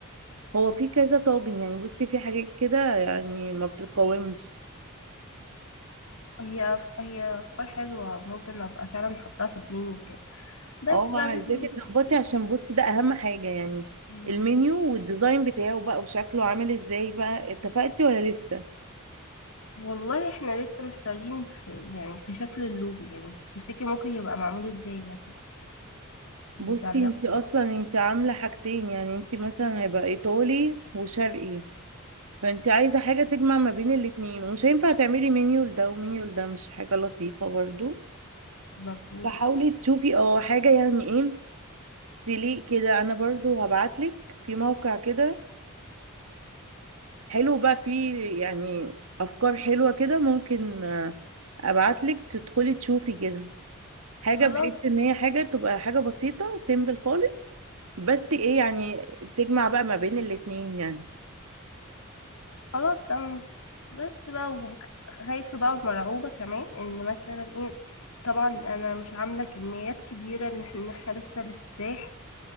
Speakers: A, on the right; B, on the left.
A: هو في كذا طاجن يعني بصي في حاجات كده يعني ما بتتقاومش
B: هي أف- هي افكار حلوه ممكن ابقى فعلا احطها في المنيو كده بس
A: اه
B: بقى
A: عايزاكي
B: زي
A: تظبطي
B: ما-
A: عشان بصي ده اهم حاجة يعني
B: مم.
A: المنيو والديزاين بتاعه بقى وشكله عامل ازاي بقى اتفقتي ولا لسه
B: والله احنا لسه محتارين في يعني في شكل اللوجو يعني تفتكر ممكن يبقى معمول ازاي مثلا بتاع
A: بصي
B: اليافطة
A: انت اصلا انت عاملة حاجتين يعني انت مثلا هيبقى ايطالي وشرقي فانت عايزة حاجة تجمع ما بين الاتنين ومش هينفع تعملي منيو لده ومنيو لده مش حاجة لطيفة برضو
B: مظبوط
A: فحاولي تشوفي اه حاجة يعني ايه تليق كده انا برضو هبعتلك في موقع كده حلو بقى فيه يعني افكار حلوة كده ممكن ابعتلك تدخلي تشوفي كده حاجه
B: خلاص
A: بحيث ان هي حاجه تبقى حاجه بسيطه سيمبل خالص بس ايه يعني تجمع بقى ما بين الاتنين يعني
B: خلاص تمام بس بقى وك- خايفة بقى ومرعوبة كمان ان مثلا ايه طبعا انا مش عاملة كميات كبيرة ان احنا, إن إحنا لسه الافتتاح